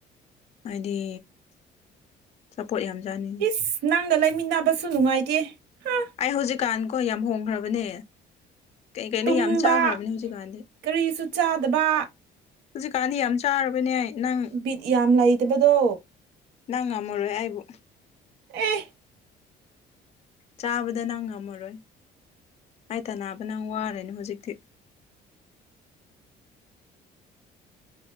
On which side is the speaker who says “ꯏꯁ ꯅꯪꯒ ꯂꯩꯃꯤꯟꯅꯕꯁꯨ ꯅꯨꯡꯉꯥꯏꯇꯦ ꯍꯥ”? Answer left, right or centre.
Right